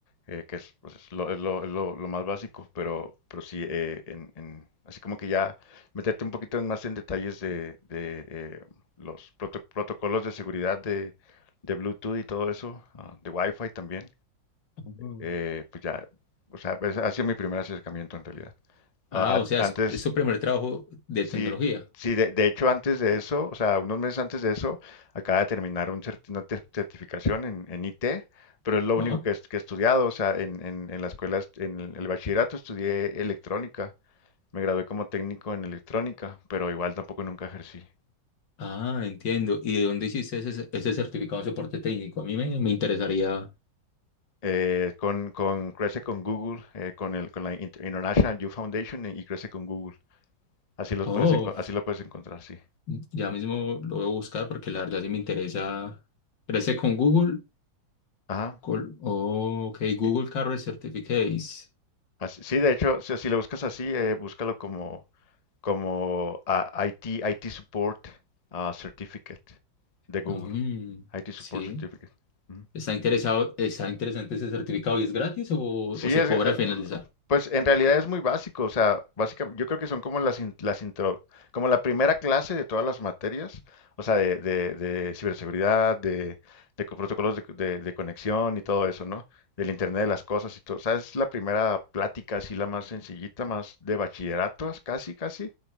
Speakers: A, on the left; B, on the left.
A: Eh, que es, pues, es lo, es lo- es lo- lo más básico, pero, pero sí, eh, en, en- así como que ya meterte un poquito en- más en detalles de, de, eh, los proto- protocolos de seguridad de, de Bluetooth y todo eso, ah, de Wi-Fi también,
B: Ujú.
A: eh, pues ya, o sea, pues, ha sido mi primer acercamiento en realidad.
B: Ah,
A: Ah, a-
B: o sea, es,
A: antes,
B: es su primer trabajo de
A: Sí,
B: tecnología.
A: sí, de, de hecho antes de eso, o sea, unos meses antes de eso, acaba de terminar un certi- una te- certificación en, en IT, pero es lo
B: Ajá.
A: único que, est- que he estudiado, o sea, en, en, en la escuela, est- en el, el bachillerato estudié electrónica, me gradué como técnico en electrónica, pero igual tampoco nunca ejercí.
B: Ah, entiendo. ¿Y de dónde hiciste ese, ese certificado de soporte técnico? A mí me, me interesaría.
A: Eh, con, con, crece con Google, eh, con el, con la Inter- International Youth Foundation y, y crece con Google. Así los
B: Oh,
A: puedes, enco- así lo puedes encontrar, sí.
B: ya mismo lo voy a buscar porque la verdad sí me interesa. ¿Crece con Google?
A: Ajá.
B: Col- Oh, ok,
A: Y-
B: Google
A: y- y-
B: Career Certificates.
A: así- sí, de hecho, si, si lo buscas así, eh, búscalo como como ah, IT, IT Support ah, Certificate de Google.
B: Mm,
A: IT Support
B: sí.
A: Certificate. Ujú.
B: ¿Está interesado, está interesante ese certificado y es gratis o, o
A: Sí,
B: se
A: es,
B: cobra
A: eh,
B: al finalizar?
A: pues en realidad es muy básico, o sea, básicamente, yo creo que son como las, in- las intro, como la primera clase de todas las materias, o sea, de, de, de ciberseguridad, de, de co- protocolos de, de- de conexión y todo eso, ¿no? Del Internet de las cosas y todo, o sea, es la primera plática así, la más sencillita, más de bachilleratos, casi, casi,